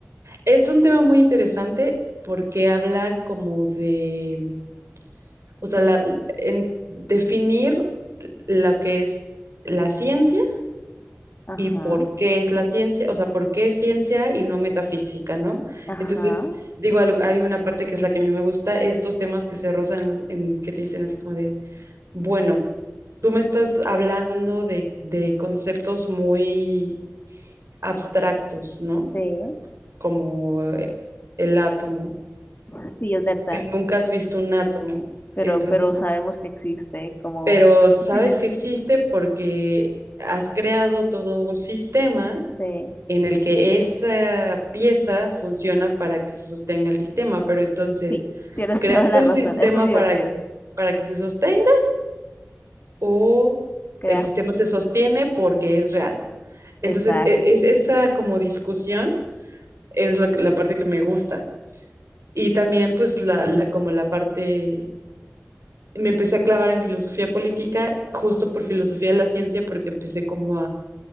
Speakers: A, on the right; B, on the left.
A: Es un tema muy interesante porque habla como de, o sea, la- en definir lo que es la ciencia
B: Ajá,
A: y por qué es la ciencia, o sea, por qué es ciencia y no metafísica, ¿no?
B: ajá,
A: Entonces, digo, al- hay una parte que es la que a mí me gusta, estos temas que se rozan, en los- en- que te dicen así como de, bueno, tú me estás hablando de, de conceptos muy abstractos, ¿no?
B: sí,
A: Como eh, el átomo,
B: sí, es verdad.
A: que nunca has visto un átomo.
B: Pero,
A: Entonces,
B: pero sabemos que existe como...
A: pero
B: <laughs>
A: sabes que existe porque has creado todo un sistema
B: Sí.
A: en el que esa pieza funciona para que se sostenga el sistema, pero entonces,
B: Sí, tienes
A: ¿creaste
B: toda la
A: el
B: razón.
A: sistema
B: Es muy divertido.
A: para, para que se sostenga o
B: Creas,
A: el sistema se sostiene porque es real? Entonces,
B: exacto.
A: e- es, esa como discusión es lo que- la parte que me gusta. Y también, pues, la, la- como la parte, me empecé a clavar en filosofía política, justo por filosofía de la ciencia, porque empecé como